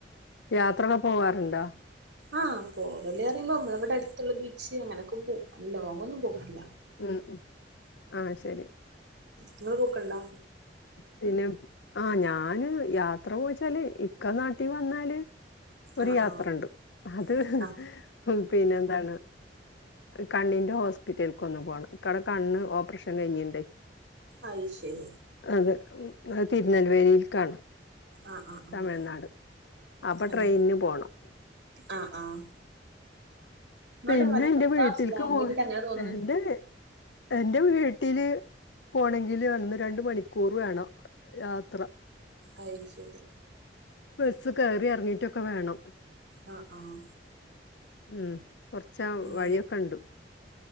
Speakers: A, on the left; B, on the right.
A: യാത്രൊക്കെ പോവാറുണ്ട?
B: ആഹ് പോകല്റിമ്പോ നമ്മള ഇബടെ അട്ത്ത്ള്ള ബീച്ച് അങ്ങനെക്കെ പോവും. ലോങ്ങന്നും പോക്കില്ല.
A: ഉം ഉം ആഹ് ശരി.
B: ഇങ്ങള് പോക്ക്ണ്ടാ
A: പിന്നെ ആഹ് ഞാന് യാത്ര പോയിച്ചാല് ഇക്ക നാട്ടി വന്നാല് ഒര്
B: ആഹ്
A: യാത്രണ്ട്
B: ആഹ്
A: അത്
B: ആഹ്
A: ഉം പിന്നെ എന്താണ് കണ്ണിന്റെ ഹോസ്പിറ്റൽക്ക് ഒന്ന് പോണം. ഇക്കാടെ കണ്ണ് ഓപ്പ്റേഷൻ കഴിഞ്ഞിണ്ട്
B: അയി ശരി
A: അത് തിരുനെൽവേലിയിൽക്കാണ്
B: ആഹ് ആഹ് ആഹ്
A: തമിഴ്നാട് അപ്പൊ
B: അങ്ങനെ
A: ട്രെയിന്ന് പോണം.
B: ആഹ് ആഹ് നിങ്ങളുടെ
A: പിന്നെ
B: മലപ്പുറത്താ
A: ന്റെ വീട്ടില്ക്ക്
B: സ്ലാങ്ങ്
A: പോ
B: കേട്ടിട്ട് അങ്ങനെ തോന്നണ്
A: എന്റെ എന്റെ വീട്ടില് പോണങ്കില് അന്ന്, രണ്ട് മണിക്കൂർ വേണം യാത്ര
B: അയ് ശരി
A: ബസ്സ് കയറി എർങ്ങീട്ടൊക്കെ വേണം.
B: ആഹ് ആഹ്
A: ഉം കൊർച്ചാ
B: അങ്ങനെ
A: വഴിയൊക്കെണ്ട്.